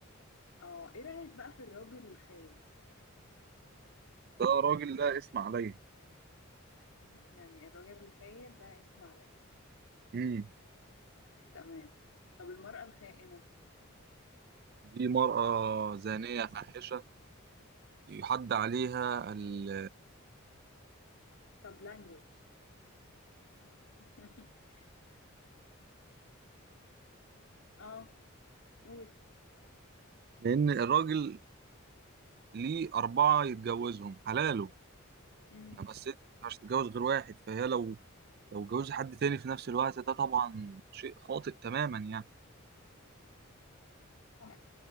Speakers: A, on the left (about 75°); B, on the right (about 50°).
A: اه ايه رأيك بقى في الراجل الخاين
B: ده راجل ده اسم عليا
A: <laughs> يعني الراجل الخاين ده اسم عليا
B: مم.
A: تمام طب المرأة الخائنة
B: دي مرأة زانية فاحشة يحد عليها ال...
A: طب language <laughs> اه قول
B: لأن الراجل ليه أربعة يتجوزهم حلاله
A: امم
B: انا بس انت مش هتتجوز غير واحد فهي لو لو اتجوزت حد تاني في نفس الوقت ده طبعا شيء خاطئ تماما يعني
A: اه